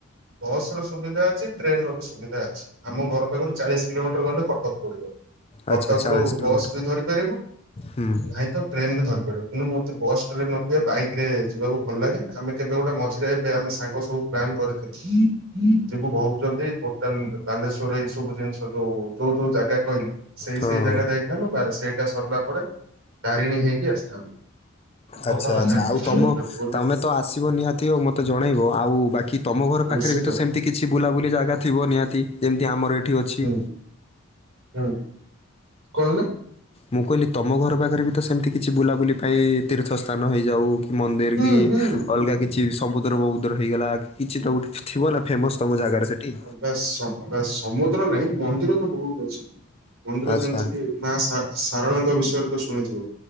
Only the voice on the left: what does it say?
ଆଚ୍ଛା ଚାଳିଶ କିଲୋମିଟର
ହୁଁ
ହଁ
ଆଛା ଆଛା
ଆଉ ତମ
ତମେ ତ ଆସିବ ନିହା ତି ଆଉ ମତେ ଜଣାଇବ ଆଉ ବାକି ତମ ଘର ପାଖେରେ
ବି ତ ସେମିତି କିଛି ବୁଲାବୁଲି ଜାଗା ଥିବ ନିହାତି? ଯେମିତି ଆମର ଏଠି ଅଛି।
ମୁଁ କହିଲି ତମ ଘର ପାଖରେ ବି ତ ସେମିତି କିଛି ବୁଲାବୁଲି ପାଇଁ ତୀର୍ଥ ସ୍ଥାନ ହେଇଯାଉ କି ମନ୍ଦିର
କି
ଅଲଗା କିଛି ବି ସମୁଦ୍ର ଫମୁଦ୍ର ହେଇଗଲା କି କିଛିଟା ଗୋ ଥିବ ନାଁ ଫେମସ୍ ତମ ଜାଗାରେ ସେଠି?
ଆଚ୍ଛା